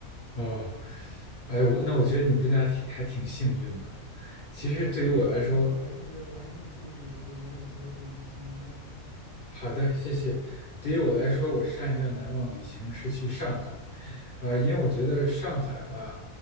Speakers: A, on the left (about 45°); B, on the right (about 35°).
A: 哦，哎，我那我觉得你们真的还挺还挺幸运的。其实对于我来说，
B: 对，所以所以我还是我还是很建议这个你有机会可以去新疆转一转。
A: 好的，谢谢。对于我来说，我上一段难忘旅行是去上海，呃，因为我觉得上海吧，